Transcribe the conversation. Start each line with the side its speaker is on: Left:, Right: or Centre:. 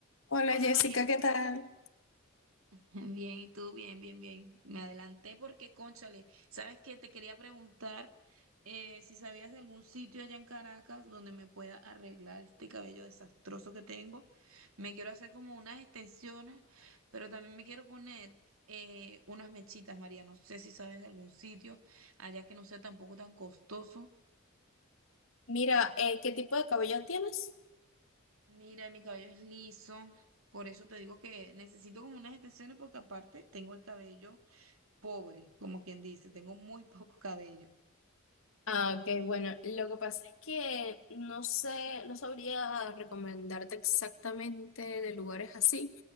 Left: Hola
Right: Hola
Left: Jessica,
Right: María,
Left: ¿qué tal?
Right: <laughs> bien, ¿y tú? Bien, bien, bien. Me adelanté porque, cónchale, sabes que te quería preguntar eh, si sabías de algún sitio allá en Caracas donde me pueda arreglar este cabello desastroso que tengo. Me quiero hacer como unas extensiones, pero también me quiero poner eh, unas mechitas, María. No sé si sabes de algún sitio allá que no sea tampoco tan costoso.
Left: Mira, eh, ¿qué tipo de cabello tienes?
Right: Mira, mi cabello es liso, por eso te digo que necesito como unas extensiones porque aparte tengo el cabello. pobre, como quien dice, tengo muy <laughs> poco cabello.
Left: Ah, ok, bueno, lo que pasa es que no sé, no sabría recomendarte exactamente de lugares así,